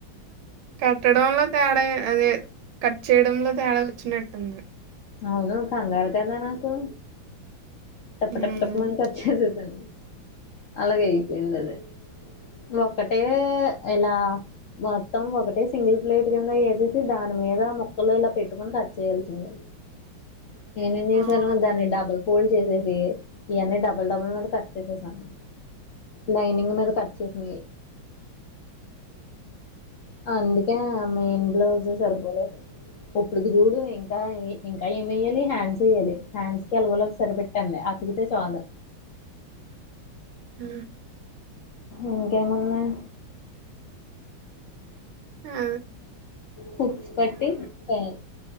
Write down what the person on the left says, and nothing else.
అవును కంగారు కదా నాకు టప్పు
టప్పు టప్పు మని కట్ చేసేసాను అలగెయ్ పోయిందది లా క్కటే ఎలా మొత్తం ఒకటే సింగిల్ ప్లేట్ కింద ఏసేసి దాని మీద ముక్కలు ఇలా పెట్టుకొని కట్ చేయాల్సిందే. నేనేం చేశాను
దాన్ని డబుల్ ఫోల్డ్ చేసేస్ ది ఇయన్నీ డబుల్ డబుల్ మీద కట్ చేసేసాను లైనింగ్ మీద కట్ చేసినవి అందుకే ఆ మెయిన్ బ్లౌజు సరిపోలేదు ఇప్పుడుకి చూడు ఇంకా ఇంకా ఏం ౠయ్యాలి హ్యాండ్స్ ఎయ్యాలి హ్యాండ్స్ కి ఎలాగొలాగా సరిపెట్టాను లే అతికితే చాలు
ఇంకేమున్నాయ్
హుక్స్ పట్టి పోయినాయ్